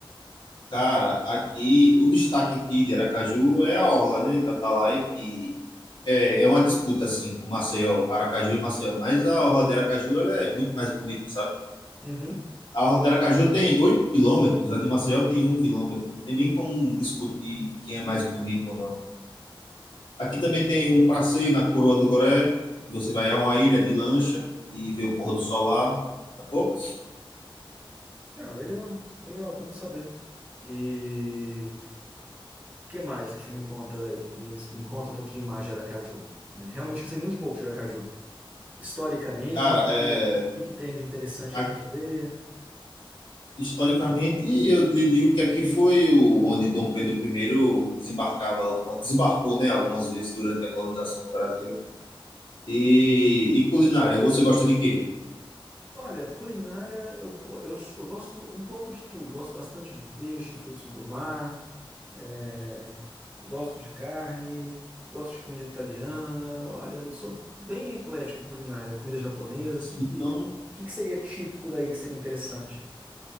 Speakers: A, on the left (about 60°); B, on the right (about 20°).
A: Cara, aqui, o destaque aqui de Aracaju é a orla, né, da Atalaia, que é, é uma disputa, assim, com Maceió, Aracaju e Maceió, mas a orla de Aracaju, ela é muito mais bonita, sabe?
B: Uhum.
A: A Orla de Aracaju tem 8 quilômetros, a de Maceió tem um quilômetro. Não tem nem como discutir quem é mais bonito ou não. Aqui também tem um passeio na Coroa do Goré, que você vai a uma ilha de lancha e vê o pôr do sol lá, sacou?
B: Ah, legal, legal, bom saber. E... que mais que você me conta aí? Me, me conta um pouquinho mais de Aracaju. Realmente eu sei muito pouco de Aracaju. Historicamente,
A: Cara, é,
B: o que que tem de interessante
A: aqui,
B: aí para ver?
A: historicamente, eu lhe digo que aqui foi o, onde Dom Pedro I desembarcava, alguma, desembarcou, né, algumas vezes durante a colonização do Brasil. E, e culinária, você gosta de quê?
B: Olha, culinária, eu, go- eu, s- eu gosto um pouco de tudo. Gosto bastante de peixe, frutos do mar, é, gosto de carne, gosto de comida italiana. Olha, sou bem eclético com culinária, comida japonesa. O que,
A: Então,
B: que, que que seria típico daí que seria interessante?